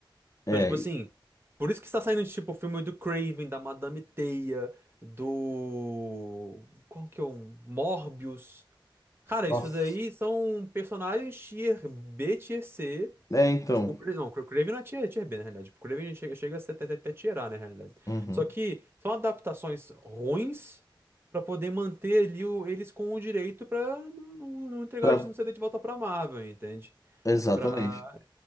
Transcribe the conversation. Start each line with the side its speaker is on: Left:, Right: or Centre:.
Right: Então,
Left: É.
Right: tipo assim,
Left: e-
Right: por isso que está saindo, tipo, o filme do Craven, da Madame Teia, do. Qual que é um? Morbius. Cara,
Left: Nossa.
Right: isso daí são personagens tier B, tier C.
Left: É, então.
Right: Tipo, o Cra- não, o Craven não é tier, tier B, na realidade. Tipo, O Craven chega, chega a ser até, até até tier A, na realidade.
Left: Uhum.
Right: Só que são adaptações ruins pra poder manter ali o- eles com o direito pra não, não, não entregar,
Left: Pra...
Right: de- não ceder de volta pra Marvel, entende?
Left: Exatamente.
Right: Pra...